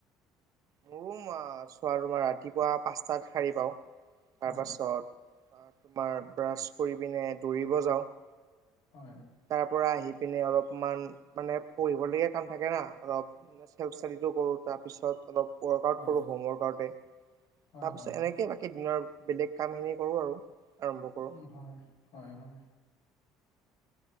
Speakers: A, on the right (about 50°); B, on the left (about 70°).
A: মোৰো চোৱা তোমাৰ ৰাতিপুৱা পাঁচটাত সাৰী পাওঁ তাৰপাছত
B: হয়
A: তোমাৰ ব্ৰাছ কৰি পিনে দৌৰিব যাওঁ
B: হয়
A: তাৰ পৰা আহি পিনে অলপমান মানে পঢ়িবলগীয়া কাম থাকে না অলপ <unintelligible> চাৰিটো কৰোঁ তাৰপিছত অলপ ৱৰ্কআউট
B: হয়
A: কৰোঁ হোম ৱৰ্কআউটতে
B: হয়
A: তাৰপিছত
B: হয় হয়
A: এনেকেই বা কী দিনৰ বেলেগ কামখিনি কৰোঁ আৰু আৰম্ভ কৰোঁ
B: উম হয় হয় হয়